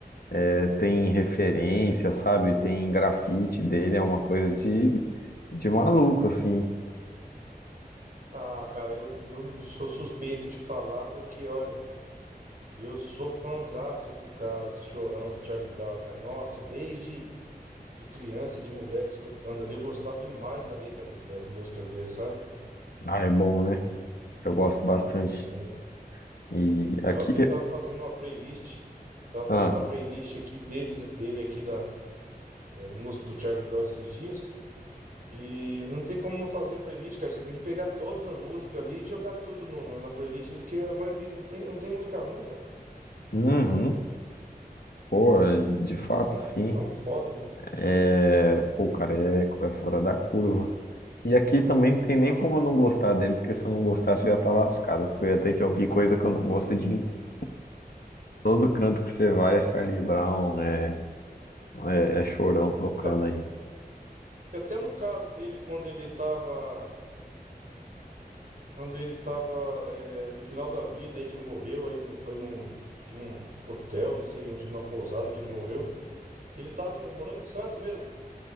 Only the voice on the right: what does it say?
Ah, cara, eu, eu não sou suspeito de falar porque, olha, eu sou fanzaço do cara, do Chorão, do Charlie Brown, cara. Nossa, desde de criança, de moleque, escutando ali, eu gostava demais da letra do- das músicas dele, sabe?
Sim.
Então
eu até tava fazendo uma playlist, tava fazendo
uma
playlist aqui deles, dele aqui da, das músicas do Charlie Brown esses dias. E não tem como não fazer playlist, cara. Você tem que pegar todas as músicas ali e jogar tudo no- no- na playlist, porque a maioria não tem, não tem música ruim, cara.
Eles são,
são foda mesmo.
Não,
a-
até no caso dele, quando ele tava, quando ele tava é, no final da vida aí, que ele morreu, aí não foi num, acho que num hotel, não sei onde, numa pousada que ele morreu. Ele tava em- morando em Santos mesmo.